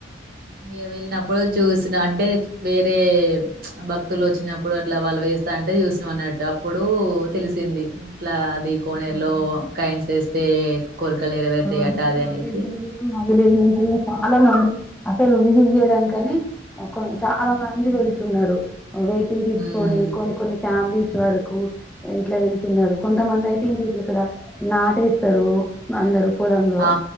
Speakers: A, on the right (about 50°); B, in the centre.
A: ఇక వెళ్ళినప్పు అప్పుడు చూసిన అంటే వేరే భక్తులు వచ్చినప్పుడు అట్లా వాళ్ళు వేస్తా అంటే చూసినాం అన్నట్టు అప్పుడు తెలిసింది ఇట్లా అది కోనేరులో
B: ఆ! అవునండి.
A: కాయిన్స్ వేస్తే కోరికలు నెరవేరుతాయట
B: ఆ ఇక్కడ
A: అది
B: మా
A: అనేసి
B: దగ్గర కూడా మా విలేజ్ లా కూడా చాలా మంది అసలు విసిట్ చేయడానికని చాలా మంది వెళ్తున్నారు వెహికల్ తీసుకొని
A: హ్మ్
B: కొన్ని కొన్ని ఫ్యామిలీస్ వరకు ఇట్లా వెళ్తున్నారు కొంతమంది అయితే ఇంక ఇ ఇక్కడ నాటేస్తారు అందరు పొలంలో
A: ఆ!